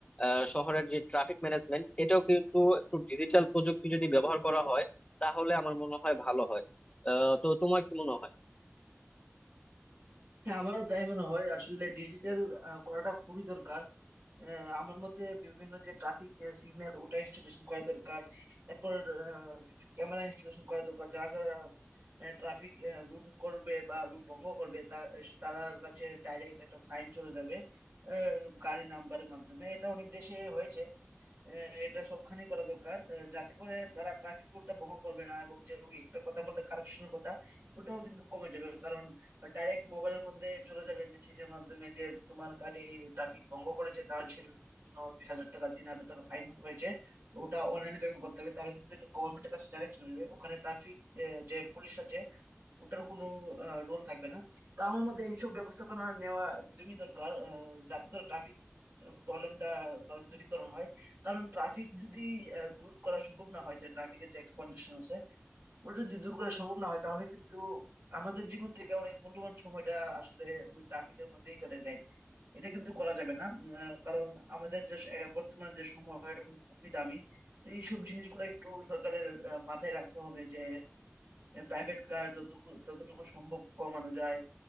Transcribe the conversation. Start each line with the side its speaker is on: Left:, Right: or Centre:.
Left: আহ, শহরের যে ট্রাফিক ম্যানেজমেন্ট এটাও কিন্তু একটু ডিজিটাল প্রযুক্তি যদি ব্যবহার করা হয় তাহলে আমার মনে হয় ভালো হয় আহ, তো তোমার কি মনে হয়
Right: হ্যাঁ আমারও তাই মনে হয় আসলে ডিজিটাল করাটা খুবই দরকার আহ, আমার মতে বিভিন্ন যে ট্রাফিক সিগন্যাল ওটা ইনস্টলেশন করা দরকার এরপর আহ, কিছু ক্যামেরা ইনস্টলেশন করা দরকার যারা যারা ট্রাফিক রুল করবে বা রুল ভঙ্গ করবে তার তার কাছে ডাইরেক্ট একটা ফাইন চলে যাবে আহ, গাড়ি নাম্বারের মাধ্যমে এটা অনেক দেশে হয়েছে আহ, এটা সবখানেই করা দরকার আহ, যাতে করে তারা ট্রাফিক রুলটা ভঙ্গ করবে না এবং যে ওই একটা কথা বললে কারাপশনের কথা ওটাও কিন্তু কমে যাবে কারণ ডাইরেক্ট মোবাইলের মধ্যে চলে যাবে মেসেজের মাধ্যমে যে তোমার গাড়ি ট্রাফিক ভঙ্গ করেছে তার সেজন্য দুই হাজার টাকা তিন হাজার টাকা ফাইন হয়েছে ওটা অনলাইনে পেমেন্ট করতে হবে তাহলে কিন্তু এটা গভর্নমেন্টের কাছে ডাইরেক্ট চলে যাবে ওখানে ট্রাফিক যে পুলিশ আছে ওটার কোনো রোল থাকবে না তো আমার মতে এইসব ব্যবস্থাপনা নেওয়া একদমই দরকার আহ, যাতে করে ট্রাফিক প্রবলেমটা দূরীকরণ হয় কারণ ট্রাফিক যদি আহ, দূর করা সম্ভব না হয় যে ট্রাফিকের যে একটা কন্ডিশন আছে ওটা যদি দূর করা সম্ভব না হয় তাহলে কিন্তু আমাদের জীবন থেকে অনেক মূল্যবান সময়টা আসলে ওই ট্রাফিকের মধ্যেই কেটে যায় এটা কিন্তু করা যাবে না আহ, কারণ আমাদের যে আহ, বর্তমান যে সময় এটা কিন্তু খুবই দামি তো এইসব জিনিসগুলো একটু সরকারের আহ, মাথায় রাখতে হবে যে প্রাইভেট কার যতটুকু যতটুকু সম্ভব কমানো যায়